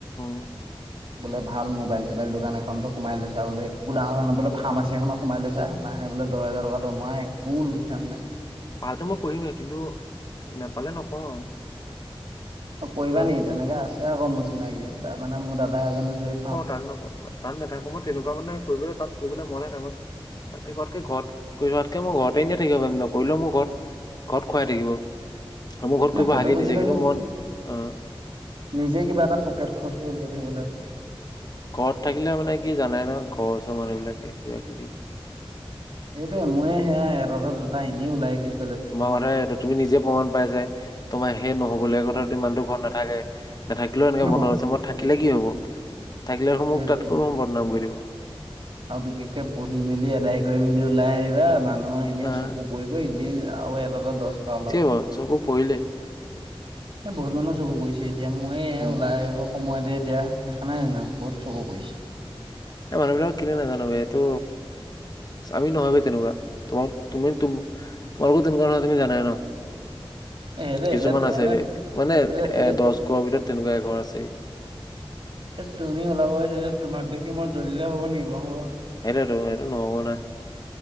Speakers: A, on the left; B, on the right.
A: <inaudible>
B: বোলে ভাল মোবাইল চোবাইল দোকান এখনটো লৈছা বোলে একো ডাঙৰ নহয়, নহয় বোলে ফাৰ্মাচী এখনত সোমাই লৈছা মাহে বোলে দুহাজাৰ টকা দৰমহা, একো লোকচান নাই।
A: পাইটো মই কৰিমেই কিন্তু নেপালে নকওঁ।
B: অ' কৰিবা
A: কাৰণ
B: নেকি তেনেকে? আছে আকৌ মোৰ চিনাকি তাৰমানে মোৰ দাদা এজন আছে এই ফাৰ্ম
A: থাইন্ন পত্ৰ। তাত নাথাকোঁ মই তেনেকুৱা মানে কৰিবলৈ তাত কৰিবলৈ মনে নাই, মই তাতকে কৰাত কে ঘৰত কৰি থকাতকে মই ঘৰতে এনে থাকিব পাৰিম নকৰিলেও মোৰ ঘৰত ঘৰত খুৱাই থাকিব আৰু মোৰ ঘৰত
B: নাই
A: কৰিব
B: সেইটো
A: হাকেই
B: বুজি
A: দিছে
B: পাইছো
A: কিন্তু মই আহ।
B: নিজে কিবা এটা পকেট খৰচটো উলিয়াই থাকিবলৈ।
A: ঘৰত থাকিলে মানে কি জানাই নহয় ঘৰ ওচৰ মানুহবিলাকে কিবা কিবি।
B: এইোৱে মোৰে সেয়া এটাতে দুটা এনে ওলাই গৈ
A: তোমাৰ মানে তুমি নিজে প্ৰমাণ পাই যে তোমাৰ সেই নহবলগীয়া কথা ইমানতো ঘৰত নাথাকে। নাথাকিলেও এনেকে বদনাম
B: অ
A: হৈছে মই থাকিলে কি হব থাকিলে দেখোন
B: সেইটোৱে
A: মোক তাতকৈ
B: সেইটোৱে
A: বদনাম কৰি দিব।
B: আৰু বিশেষকে পহি মেলি আদায় কৰি মেলি ওলাই আহিবা মানুহৰ ইিনে
A: আহ
B: চকু প গৈ ইিিলই আ আৰু এাৰটা দহটাল <unintelligible>
A: হয় চকু পৰিলে
B: এ বহুত মানুহৰ চকু পৰিছে এতিয়া ময়ে
A: উম
B: ওলাই আহিব সময়তে এতিয়া দেখা নাই জানো বহুত চকু পৰিছে
A: এ মানুহবিলাক কিনো নাজানো এইটো আমি নহয় তেনেকুৱা তোমাক তুমি তুম অলপো তেনুকুৱা তুমি জানাই ন।
B: এ হেৰি
A: কিছুমান
B: এতিয়া
A: আছে
B: এনে
A: বেগ মানে
B: এতিয়া এতিয়া
A: এ দহ ঘৰৰ ভিতৰত তেনেকুৱা এঘৰ আছেই।
B: এ তুমি ওলাব আহিছ যে তোমাক দেখি মই জলাই হ'ব নেকি বাৰু?
A: সেইটোতো সেইটো নহব না